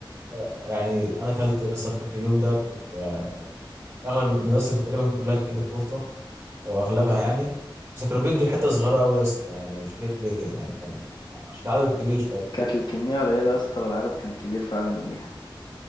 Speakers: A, on the right; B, on the left.
A: آه، يعني انا اكلت اصلا فاكر اليوم ده كنت يعني كان اغلب المدرسه كنت تقريبا كلها اكلت تورته او اغلبها يعني بس كانوا بيدوا حته صغيره قوي يا اسطى يعني مش عارف ليه يعني كان عشان عدد كبير
B: كانت الكمية قليلة يا اسطى والعدد كان كبير فعلا يوميها